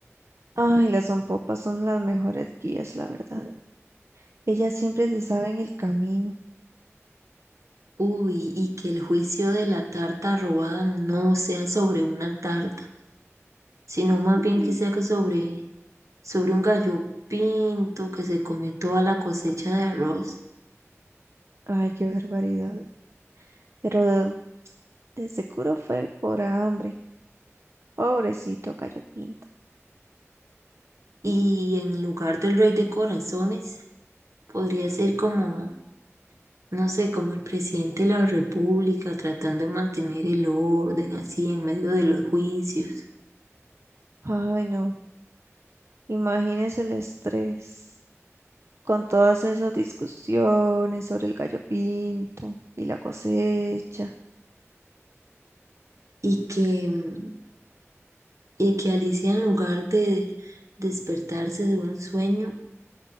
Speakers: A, on the right; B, on the right.
A: Ay, las zompopas son las mejores guías, la verdad. Ellas siempre se saben el camino.
B: Uy, y que el juicio de la tarta robada no sea sobre una tarta, sino más
A: Mm,
B: bien que sea que sobre, sobre un gallo pinto que se comió toda la cosecha de arroz.
A: Ay, qué barbaridad. Pero de, de seguro fue por hambre. Pobrecito Gallo Pinto.
B: Y en lugar del rey de corazones, podría ser como, no sé, como el presidente de la república tratando de mantener el orden así en medio de los juicios.
A: Ay, no. Imagínese el estrés con todas esas discusiones sobre el Gallo Pinto y la cosecha.
B: Y que mm, y que Alicia en lugar de despertarse de un sueño,